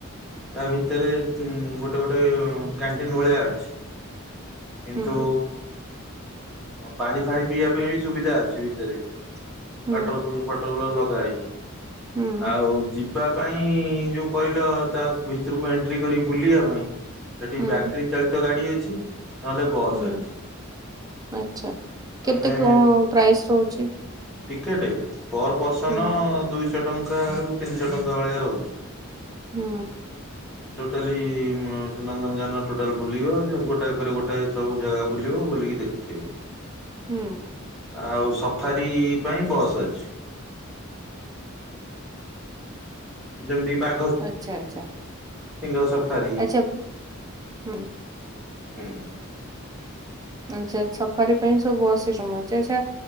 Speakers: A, in the centre; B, on the right (about 15°).
A: ତା ଭିତରେ ଉ ଗୋଟେ ଗୋଟେ କ୍ୟାଣ୍ଟିନ ଭଳିଆ ଅଛି। କିନ୍ତୁ
B: ହୁଁ
A: ପାଣି ଫାଣି ପିଇବା ପାଇଁ ବି ସୁବିଧା ଅଛି ଭିତରେ।
B: ହୁଁ
A: ଫାଟର କୁଲର ଫାଟର କୁଲର ଲଗା ହେଇଛି।
B: ହୁଁ
A: ଆଉ ଯିବା ପାଇଁ ଯୋଉ କହିଲ ତା ଭିତରକୁ ଏଣ୍ଟ୍ରି କରି ବୁଲିବା ପାଇଁ ସେଠି
B: ହୁଁ
A: ବ୍ୟାଟେରୀ ଚାଳିତ ଗାଡି ଅଛି। ନହେଲେ ବସ୍
B: ହୁଁ
A: ଅଛି
B: ଆଚ୍ଛା
A: ତମେ
B: କେତେ କଣ ପ୍ରାଇସ୍ ରହୁଛି।
A: ଟିକେଟ ପର ପର୍ସନ
B: ହୁଁ
A: ଦୁଇଶହ ଟଙ୍କା ରୁ ତିନିଶହ ଟଙ୍କା ଭଳିଆ ରହୁଛି।
B: ହୁଁ।
A: ଟୋଟାଲି ନନ୍ଦନ କିନନ ଟୋଟାଲ ବୁଲିବ ଗୋଟା ପରେ ଗୋଟେ ଗୋଟା ସବୁ ଜାଗା ବୁଲିବ ବୁଲିକି ଦେଖଥିବେ।
B: ହୁଁ।
A: ଆଉ ସଫାରି ପାଇଁ ବସ୍ ଅଛି। ଜମି ବା
B: ଆଚ୍ଛା ଆଚ୍ଛା।
A: ସିଙ୍ଗ ସଫାରି
B: ଆଚ୍ଛା ହୁଁ।
A: ହୁଁ।
B: ଆଚଛା ସଫାରି ପାଇଁ ସବୁ ଅଶ ଟମ ଅଛି ଆଚ୍ଛା